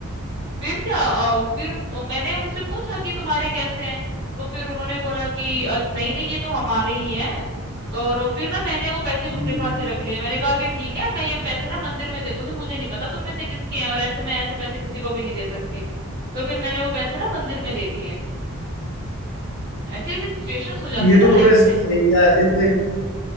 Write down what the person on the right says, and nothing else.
फिर क्या अ, फिर उस, मैंने उनसे पूछा कि तुम्हारे कैसे हैं तो फिर उन्होंने बोला कि "अ, नहीं नहीं ये तो हमारे ही हैं और फिर ना मैंने वो पैसे अपने
पास ही रख लिए मैंने कहा कि ठीक है मैं ये पैसे ना मंदिर में दे दूंगी मुझे नहीं पता तुम में से किसके हैं और ऐसे मैं ऐसे पैसे किसी को भी नहीं दे सकती तो फिर मैंने वो पैसे ना मंदिर में दे दिए ऐसी ऐसी सिचुएशंस हो जाती
है ना
लाइफ
में